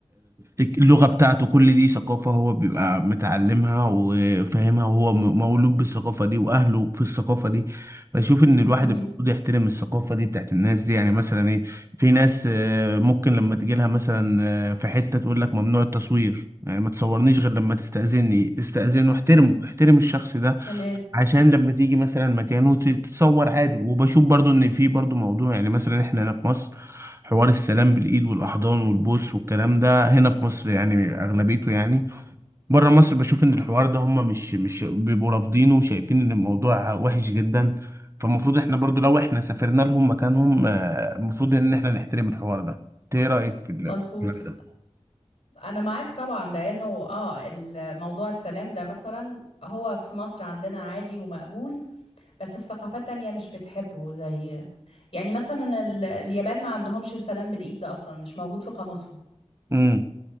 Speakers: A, on the right; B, on the left.
A: اللغة بتاعته كل دي ثقافة هو بيبقى متعلمها وفاهمها وهو م- مولود بالثقافة دي وأهله في الثقافة دي بشوف إن الواحد
B: مهم.
A: المفروض يحترم الثقافة دي بتاعت الناس دي يعني مثلا إيه في ناس آه، ممكن لما تجيلها مثلا آه، في حتة تقول لك ممنوع التصوير يعني ما تصورنيش غير لما تستأذني استأذن واحترمه احترم الشخص ده
B: تمام
A: عشان لما تيجي مثلا مكانه ت- تتصور عادي وبشوف برضو ان في برضو موضوع يعني مثلا احنا هنا في مصر حوار السلام بالايد والاحضان والبوس والكلام ده هنا في مصر يعني اغلبيته يعني بره مصر بشوف ان الحوار ده هم مش مش بيبقوا رافضينه وشايفين ان الموضوع وحش جدا فالمفروض احنا برضو لو احنا سافرنا لهم مكانهم آه، المفروض ان احنا نحترم الحوار ده إنت ايه رايك في ال-
B: مظبوط
A: في الكلام ده
B: انا معاك طبعا لانه اه الموضوع السلام ده مثلا هو في مصر عندنا عادي ومقبول بس في ثقافات تانية مش بتحبه زي يعني مثلا ال- اليابان ما عندهمش السلام بالايد ده اصلا مش موجود في قاموسهم
A: امم